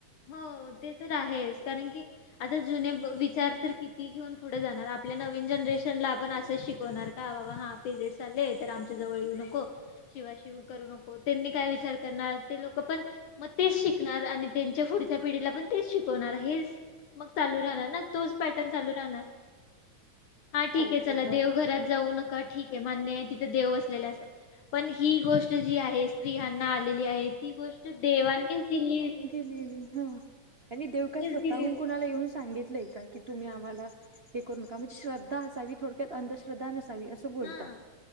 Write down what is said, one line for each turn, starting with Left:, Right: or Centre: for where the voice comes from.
Left: हो, ते तर आहेच. कारण की, आता जुने विचार तर किती ती घेऊन पुढं जाणार, आपल्या नवीन जनरेशनला आपण असंच शिकवणार का? बाबा हा- पिरियड्स आले, तर आमच्या जवळ येऊ नको शिवाशिव करू नको. त्यांनी काय विचार करणार, ते लोकं पण मग तेच शिकणार आणि त्यांच्या पुढच्या पिढीला पण, तेच शिकवणार हेच मग चालू राहणार ना, तोच पॅटर्न चालू राहणार. हा, ठीक
Right: हो
Left: ए, चला
Right: हो
Left: देवघरात जाऊ नका. ठीक ए, मान्य ए तिथं देव वसलेले असतात. पण ही गोष्ट जी आहे, स्त्रियांना आलेली आहे, ती गोष्ट देवांनीच दिलीए ती
Right: मे बी हं, आणि देव काय स्वतःहून
Left: दिलेली
Right: कोणाला येऊन सांग सांगितलं का, की तुम्ही आम्हाला हे करु नका. म्हणजे श्रद्धा असावी, थोडक्यात अंधश्रद्धा नसावी. असं बोलतात
Left: हा,